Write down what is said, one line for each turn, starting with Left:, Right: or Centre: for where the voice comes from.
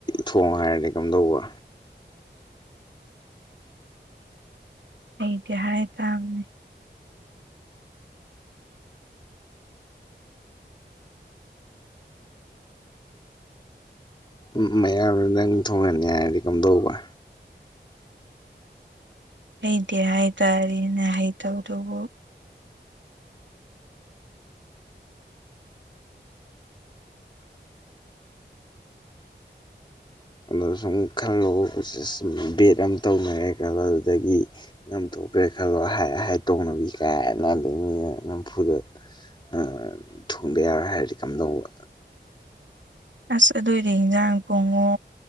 Left: ꯊꯣꯡ ꯍꯥꯏꯔꯗꯤ ꯀꯝꯗꯧꯕ
Right: <inaudible> ꯑꯩꯗꯤ ꯍꯥꯏ ꯇꯥꯝꯅꯤ
Left: ꯎꯝ ꯎꯝ ꯃꯌꯥꯝꯅ ꯅꯪ ꯊꯣꯡꯍꯟꯅꯤ ꯍꯥꯏꯔꯗꯤ ꯀꯝ ꯗꯧꯕ
Right: ꯍꯩꯗꯤ ꯍꯥꯏꯇꯥꯔꯦꯅꯦ ꯍꯩꯇꯕꯗꯨꯕꯨ
Left: ꯑꯗꯨ ꯁꯨꯝ ꯈꯜꯂꯣ ꯕꯦꯠ ꯑꯃ ꯇꯧꯅꯔꯦ ꯈꯜꯂ ꯑꯗꯨꯗꯒꯤ ꯉꯝꯊꯣꯛ ꯕꯔꯦꯛ ꯈꯜꯂꯣ ꯍꯥꯏ ꯍꯥꯏ ꯇꯧꯅꯕꯤ ꯀꯥꯏꯅ ꯑꯗꯨꯗ ꯃꯤꯅ ꯅꯝꯐꯨꯗ ꯑꯥ ꯊꯣꯡꯗ ꯌꯥꯔꯣꯏ ꯍꯥꯏꯔꯗꯤ ꯀꯝꯗꯧꯕ
Right: ꯑꯁ ꯑꯗꯨꯏꯗꯤ ꯌꯦꯟꯖꯥꯡ ꯀꯣꯡꯉꯣ